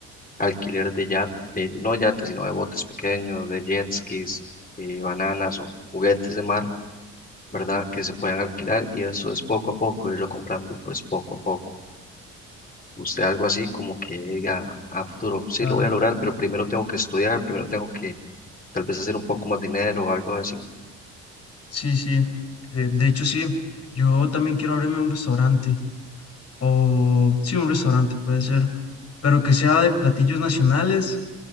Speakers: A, on the left (about 25°); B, on the left (about 50°).
A: alquiler de yat, de, no yates, sino de botes pequeños, de jet skis, de bananas o juguetes de mar, ¿verdad? Que se puedan alquilar y eso es poco a poco, irlo comprando pues poco a poco. Usted algo así como que diga a futuro, sí,
B: Claro,
A: lo voy a lograr, pero primero tengo que estudiar, primero tengo que tal vez hacer un poco más dinero o algo así.
B: sí, sí. Eh, de hecho, sí, yo también quiero abrirme un restaurante, o sí, un restaurante puede ser, pero que sea de platillos nacionales